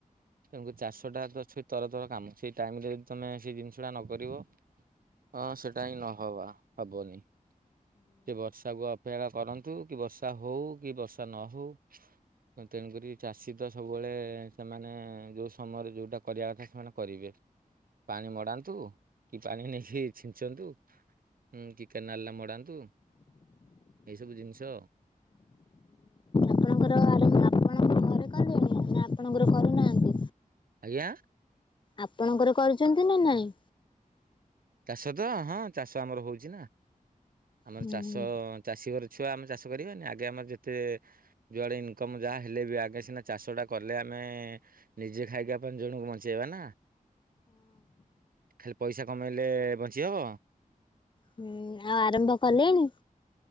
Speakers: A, on the right (about 80°); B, on the left (about 35°).
A: ତେଣୁକରି ଚାଷ ଟା ଅଛି, ତର ତର କାମ। ସେଇ ଟାଇମରେ ଯଦି ତୁମେ ସେଇ ଜିନିଷଟା ନ କରିବ, ହଁ, ସେଇଟା ହିଁ ନ ହବା। ହବନି। ସେ ବର୍ଷାକୁୁ ପେରା କରନ୍ତୁ କି, ବର୍ଷା ହଉ କି ବର୍ଷା ନ ହଉ। ତେଣୁକରି ଚାଷୀ ତ ସବୁବେଳେ, ସେମାନେ ଯୋଉ ସମୟରେ ଯୋଉଟା କରିବା କଥା, ସେମାନେ କରିବେ। ପାଣି ମଡାନ୍ତୁ କି, ପାଣି ନେଇକି ଛିଞ୍ଚନ୍ତୁ। ହୁଁ, କି କେନାଲ ରେ ମଡ଼ାନ୍ତୁ। ଏଇସବୁ ଜିନିଷ।
B: ଆପଣଙ୍କର ଆରମ୍ଭ ଆପଣଙ୍କ ଘରେ କଲେଣି ନା ଆପଣଙ୍କର କରୁନାହାନ୍ତି?
A: ଆଜ୍ଞା।
B: ଆପଣଙ୍କର କରୁଛନ୍ତି ନା, ନାଇଁ?
A: ଚାଷ ତ ହଁ, ଚାଷ ଆମର ହଉଛି ନା। ଆମର
B: ହଁ
A: ଚାଷ ଚାଷୀ ଘର ଛୁଆ ଆମେ, ଚାଷ କରିବାନି? ଆଗେ ଆମର ଯେତେ ଯୁଆଡ଼େ ଇନକମ୍ ଯାହା ହେଲେ ବି, ଆଗେ ସିନା ଚାଷଟା କଲେ, ଆମେ ନିଜେ ଖାଇକି ପାଞ୍ଚ ଜଣଙ୍କୁ ବଞ୍ଚେଇବା ନା ଖାଲି ପଇସା କମେଇଲେ ବଞ୍ଚି ହବ?
B: ହୁଁ, ଆଉ ଆରମ୍ଭ କଲେଣି।